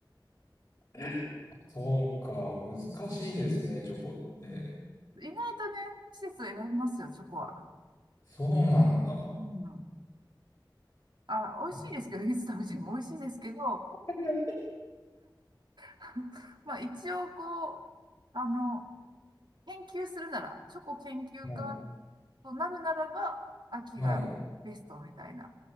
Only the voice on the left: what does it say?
<laughs> そうか、難しいですね、
チョコって。
そうなんだ。
<laughs> いや
っ
も
う、はい。